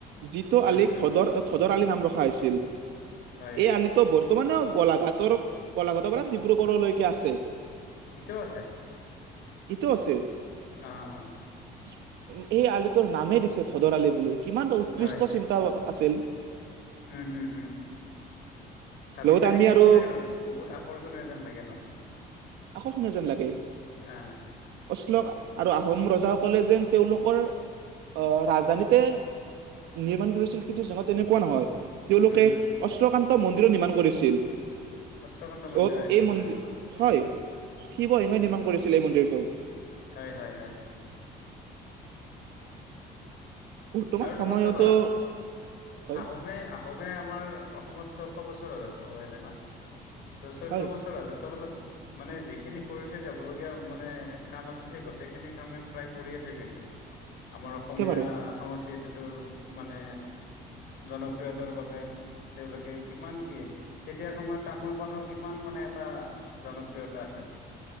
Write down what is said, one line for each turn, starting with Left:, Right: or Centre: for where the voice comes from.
Right: যিটো
Left: উম
Right: আলিক
Left: উম
Right: থতৰ ৰ আলি নাম ৰখা হৈছিল এই
Left: হয় হয়
Right: আলিটো বৰ্তমানেও গোলাঘাটৰ গোলাঘাটৰ পৰা ডিব্ৰুগড়লৈকে আছে
Left: এতিয়াও আছে
Right: ইটো আছে
Left: অহ অ
Right: উ সেই আলিটোৰ নামেই দিছে ধোদৰ আলি বুলি কিমান উৎকৃষ্ট
Left: হয়
Right: চিন্তা আছিল
Left: উম উম উম ভাবি
Right: লগতে
Left: চালে
Right: আমি
Left: কিবা
Right: আৰু
Left: মানে বহুত আকৰ্ষণীয় যেন লাগে ন
Right: আকৰ্ষণীয় যেন লাগে
Left: আহ
Right: অশ্লোক আৰু আহোম ৰজাসকলে যেন তেওঁলোকৰ অহ ৰাজধানীতে নিৰ্মাণ কৰিছিল কীৰ্তিচিহ্ন তেনেকোৱা নহয় তেওঁলোকে
Left: উম, উম,
Right: অস্ত্ৰকান্ত ত মন নিৰ্মান কৰিছিল।
Left: অষ্টকান্ত মন্দিৰ
Right: য'ত
Left: নিৰ্মাণ
Right: এই মন্দিৰ
Left: কৰিছিল ন? অ',
Right: হয় শিৱসিংহই
Left: উম,
Right: নিৰ্মাণ কৰিছিল এই মন্দিৰটো।
Left: হয়, হয়, হয়।
Right: বৰ্তমান
Left: আৰু তোমাৰ
Right: সময়তো
Left: চাবা
Right: হয়
Left: আহোমে- আহোমে আমাৰ অসমত ছয়শ বছৰ ৰাজত্ব কৰিলে ন? তো ছয়শ
Right: হয়
Left: বছৰ ৰাজত্ব কালত মানে যিখিনি কৰি থৈ যাবলগীয়া মানে কাম আছিল সেই গোটেইখিনি কামে প্ৰায় কৰিয়ে থৈ গৈছে। আমাৰ অসমীয়া
Right: একেবাৰে
Left: সংস্কৃতিটোৰ মানে জনপ্ৰিয়তাৰ বাবে তেওঁলোকে কিমান কি তেতিয়াৰ সময়ত তামোল পাণৰ কিমান মানে এটা জনপ্ৰিয়তা আছিল।